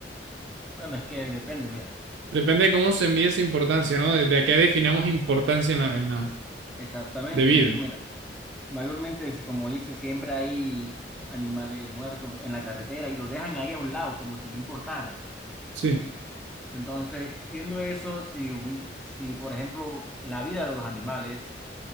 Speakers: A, in the centre; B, on the right.
A: Bueno, es que depende, mira.
B: Depende de cómo se mide esa importancia, ¿no? Desde acá definamos importancia en la, en la,
A: Exactamente,
B: de vida.
A: es que mira, mayormente, es como dice, siempre hay animales muertos en la carretera y los dejan ahí a un lado, como si no importara.
B: Sí,
A: Entonces, viendo eso, si, hubi- si por ejemplo la vida de los animales